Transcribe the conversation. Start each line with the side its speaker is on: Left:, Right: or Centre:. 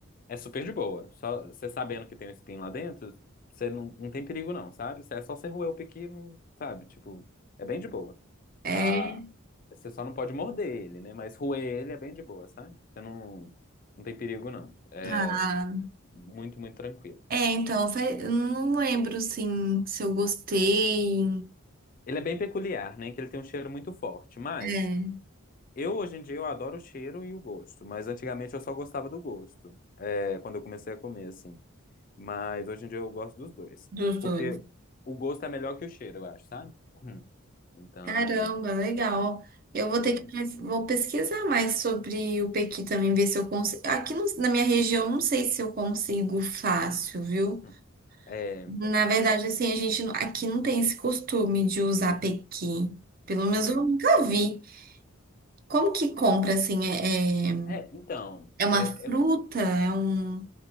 Left: é super de boa. Só você sabendo que tem um espinho lá dentro, você não, não tem perigo não, sabe? Cê- É só você roer o piqui, não, sabe? Tipo, é bem de boa.
Right: É.
Left: Ah, você só não pode morder ele, né? Mas roer ele é bem de boa, sabe? Você não, não tem perigo não. É
Right: Ah,
Left: muito, muito tranquilo.
Right: é, então, fa- eu não lembro, assim, se eu gostei.
Left: Ele é bem peculiar, né? Que ele tem um cheiro muito forte. Mas
Right: É,
Left: eu hoje em dia eu adoro o cheiro e o gosto. Mas antigamente eu só gostava do gosto. É, quando eu comecei a comer, assim. Mas hoje em dia eu gosto dos dois.
Right: dos
Left: Porque
Right: dois.
Left: o gosto é melhor que o cheiro, eu acho, sabe? Hum. Então,
Right: Caramba, legal. Eu vou
Left: é.
Right: ter que pes- vou pesquisar mais sobre o pequi também, ver se eu consigo. Aqui no- na minha região, não sei se eu consigo fácil, viu?
Left: hum, É.
Right: Na verdade,
Left: ah,
Right: assim, a gente não- aqui não tem esse costume de usar pequi. Pelo menos
Left: Aham.
Right: eu nunca vi. Como que compra, assim, é... é-
Left: É, então.
Right: É uma
Left: É,
Right: fruta?
Left: é,
Right: É um.